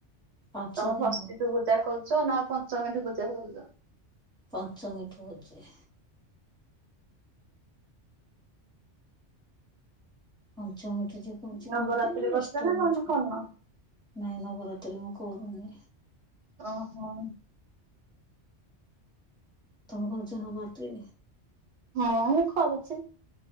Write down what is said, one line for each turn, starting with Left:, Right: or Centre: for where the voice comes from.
Centre: ପାଞ୍ଚ
Right: ତମେ
Centre: ଦିନ
Right: ଷଷ୍ଠୀଠୁ
Centre: ହଉଛି
Right: ପୂଜା କରୁଛ ନା ପଞ୍ଚମୀଠୁ ପୂଜା କରୁଛ।
Centre: ପଞ୍ଚମୀ ଠୁ ହଉଚି। ପଞ୍ଚ ମିଠୁ ଯଏ କରୁଛି
Right: ନବରାତ୍ରି
Centre: କରୁଛି
Right: କରୁଛ
Centre: ଅଷ୍ଟମିଠୁ
Right: ନା କଣ କରୁନ?
Centre: ନାଇଁ ନବ ରାତ୍ରି ମୁଁ କରନି।
Right: ଓହୋ।
Centre: ତମ କରଛ ନ ବାତି।
Right: ହଁ ମୁଁ କରୁଛି।